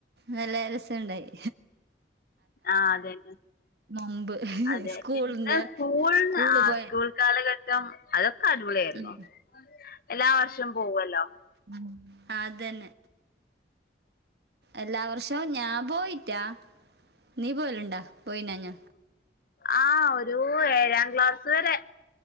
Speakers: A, on the right (about 65°); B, on the left (about 55°).
A: നല്ല രസണ്ടായി
B: ആഹ് അത് ന്നാ
A: മുമ്പ്
B: അതെ
A: സ്കൂളിൻ്റെ
B: പിന്നെ സ്കൂൾ
A: സ്കൂളിൽ
B: <inaudible>
A: പോയ
B: കാലഘട്ടം അതൊക്ക അടിപൊളിയായിരുന്നു
A: ഉം,
B: എല്ലാ വർഷം പോവോല്ലൊ
A: ഉം അതന്നെ എല്ലാ വർഷവും ഞാൻ പോയിറ്റാ നീ പോകലുണ്ടാ പോയിനാഞ്ഞാ
B: ആഹ് ഒരു ഏഴാം ക്ലാസ്സ്‌ വരെ